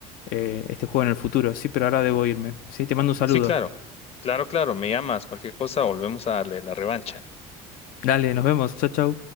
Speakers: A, on the left; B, on the left.
A: eh, este juego en el futuro, sí, pero ahora debo irme. Sí, te mando un saludo.
B: Sí, claro. Claro, claro, me llamas, cualquier cosa, volvemos a darle la revancha.
A: Dale, nos vemos, chao, chao.